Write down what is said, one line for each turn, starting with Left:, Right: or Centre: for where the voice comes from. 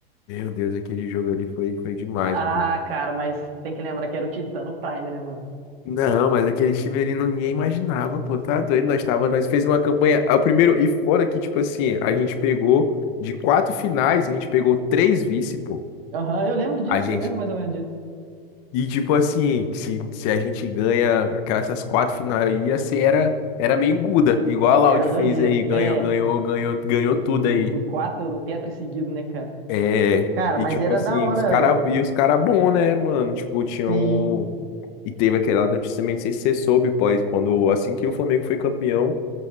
Left: Meu Deus, aquele jogo ali foi, foi demais,
Right: Ah,
Left: mano.
Right: cara, mas tem que lembrar que era o Titano Prime, né, mano?
Left: Não, mas aquele time ali não- ninguém imaginava, pô, tá doido. Nós tava, nós fez uma campanha, é o primeiro, e fora que, tipo assim, a gente pegou de quatro finais, a gente pegou três vice, pô.
Right: Aham, eu lembro disso,
Left: A gente,
Right: eu lembro mais ou menos disso.
Left: e tipo assim, se, se a gente ganha aquelas essas quatro finais aí, ia ser, era, era meio enguda, igual a Laude
Right: Era
Left: fez
Right: doideira.
Left: aí, ganhou,
Right: É,
Left: ganhou, ganhou, ganhou tudo
Right: do,
Left: aí.
Right: do quatro, do tetra seguido, né, cara?
Left: É,
Right: Cara,
Left: e
Right: mas
Left: tipo
Right: era
Left: assim,
Right: da hora,
Left: os cara,
Right: velho.
Left: e os cara bom, né, mano? Tipo, tinham
Right: Sim,
Left: e teve aquela notícia também, não sei se você soube, pô, quando, assim que o Flamengo foi campeão.